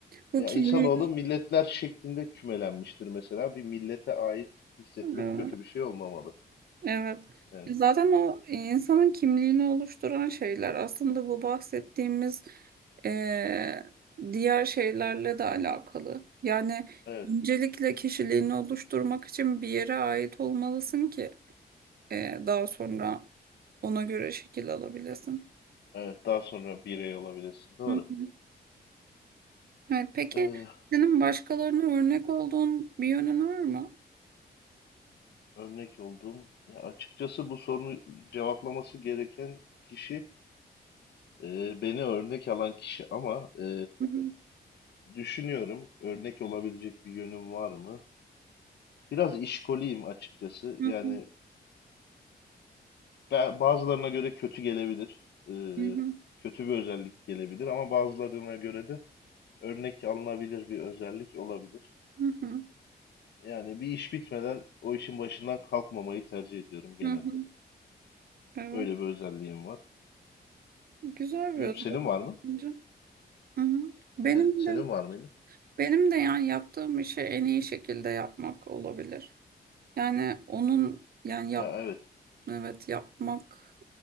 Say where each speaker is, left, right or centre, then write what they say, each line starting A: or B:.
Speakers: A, on the right; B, on the left.
A: bu
B: Ya
A: kimliği
B: insanoğlu milletler şeklinde kümelenmiştir mesela. Bir millete ait hissetmek
A: evet.
B: kötü bir şey olmamalı.
A: evet.
B: Yani
A: Zaten o insanın kimliğini oluşturan şeyler aslında bu bahsettiğimiz eee, diğer şeylerle de alakalı. Yani
B: evet,
A: öncelikle kişiliğini oluşturmak için bir yere ait olmalısın ki eee, daha sonra ona göre şekil alabilesin.
B: evet daha sonra birey olabilirsin. Doğru.
A: Hı hı. Evet, peki
B: Ee,
A: senin başkalarına örnek olduğun bir yönün var mı?
B: örnek olduğum ya açıkçası bu sorunu cevaplaması gereken kişi e, beni örnek alan kişi ama e,
A: Hı hı,
B: düşünüyorum örnek olabilecek bir yönüm var mı? Biraz işkoliyim açıkçası.
A: hı
B: Yani
A: hı,
B: Be- bazılarına göre kötü gelebilir. Ee,
A: hı hı,
B: kötü bir özellik gelebilir ama bazılarına göre de örnek alınabilir bir özellik olabilir.
A: hı hı,
B: Yani bir iş bitmeden o işin başından kalkmamayı tercih ediyorum genelde.
A: hı hı. Evet,
B: Öyle bir özelliğim var.
A: güzel
B: Bilmiyorum,
A: bir özellik.
B: Senin var mı?
A: bence. Hı hı. Benim
B: Senin, senin
A: de
B: var mıydı?
A: benim de yani yaptığım işi en iyi şekilde yapmak olabilir. Yani onun yani yap
B: Ha, evet.
A: evet yapmak